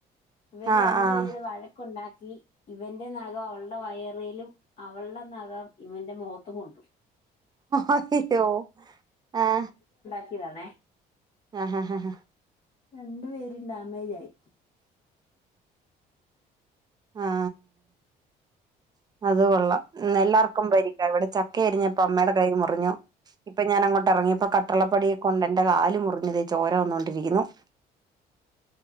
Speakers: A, on the left; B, on the right.
A: ഇവര്
B: ആഹ്
A: രണ്ടുപേരൂടെ
B: ആഹ്
A: വഴക്കുണ്ടാക്കി ഇവന്റെ നഖം അവളുടെ വയറേലും അവളുടെ നഖം ഇവന്റെ മുഖത്തും കൊണ്ടു
B: ആയ്യോ ആ
A: ക്കിയതാണേ
B: ആഹ് ആഹ് ആഹ് ആഹ്
A: രണ്ടു പേരും ഡാമേജായി
B: ആഹ് അത് കൊെള്ളാം ഇന്നില്ലാർക്കും പരിക്കാ ഇവിടെ ചക്ക അരിഞ്ഞപ്പൊ അമ്മേടെ കൈ മുറിഞ്ഞു. ഇപ്പൊ ഞാനങ്ങോട്ടെറങ്ങിപ്പോ കട്ടളപ്പടിയെ കൊണ്ടെന്റെ കാലു മുറിഞ്ഞു ഇതേ ചോര വന്നോ ണ്ടിരിക്കുന്നു